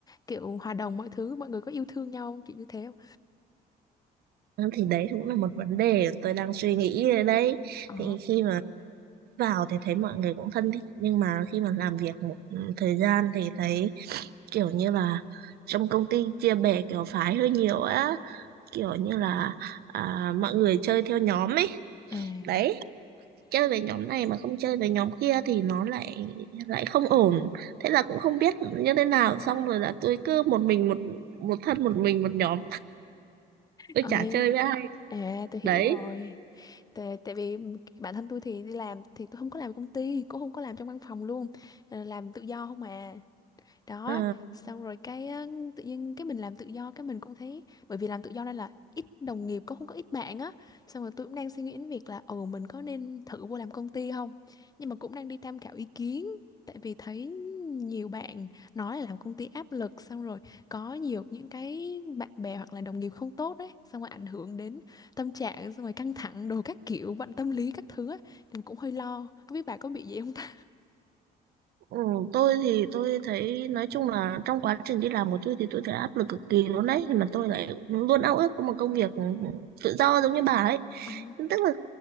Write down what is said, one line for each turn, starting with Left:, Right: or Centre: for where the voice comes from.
Left: kiểu hòa đồng mọi thứ, mọi người có yêu thương nhau không? Kiểu như thế không?
Right: Ừ, Thì đấy cũng là một vấn đề tôi đang suy nghĩ ở đây.
Left: Ồ,
Right: Thì khi mà vào thì thấy mọi người cũng thân thiện nhưng mà khi mà làm việc một thời gian thì thấy kiểu như là trong công ty chia bè kiểu phái hơi nhiều á, kiểu như là à, mọi người chơi theo nhóm ấy.
Left: à,
Right: Đấy chơi về
Left: Ừ.
Right: nhóm này mà không chơi về nhóm kia thì nó lại lại không ổn thế là cũng không biết như thế nào xong rồi là tôi cứ một mình một một thân một mình một nhóm tôi
Left: ơi,
Right: chả chơi với ai
Left: à, tôi hiểu
Right: đấy
Left: rồi. Tại, tại vì bản thân tôi thì đi làm thì tôi không có làm công ty, cũng không có làm trong văn phòng luôn, Ờ, làm tự do không à. đó
Right: Ờ,
Left: xong rồi cái á, tự nhiên cái mình làm tự do cái mình cũng thấy bởi vì làm tự do nên là ít đồng nghiệp cũng không có ít bạn á xong rồi tôi cũng đang suy nghĩ đến việc là ừ mình có nên thử vô làm công ty không nhưng mà cũng đang đi tham khảo ý kiến tại vì thấy nhiều bạn nói là làm công ty áp lực xong rồi có nhiều những cái bạn bè hoặc là đồng nghiệp không tốt đấy xong rồi ảnh hưởng đến tâm trạng xong rồi căng thẳng đồ các kiểu bệnh tâm lý các thứ á thì cũng hơi lo không biết bà có bị gì không ta
Right: ừ, tôi thì tôi thấy nói chung là trong quá trình đi làm của tôi thì tôi thấy áp lực cực kỳ luôn đấy mà tôi lại luôn ao ước có một công việc ừ, ừ, tự do giống như bà ấy
Left: À.
Right: tức là